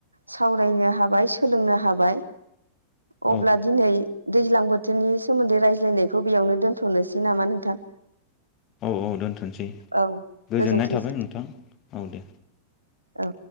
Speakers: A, on the right; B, on the left.
A: साव रायनो हाबाय सोलोंनो हाबाय। अब्ला
B: औ
A: दिनै दैज्लां बोथोरनि सोमोन्दै रायज्लायनायखौ बेयावनो दोनथ'नोसै नामा नोंथां?
B: औ औ दोनथ'सै
A: औ
B: गोजोननाय
A: गोजोनथोंसै
B: थाबाय नोंथां औ दे।
A: औ।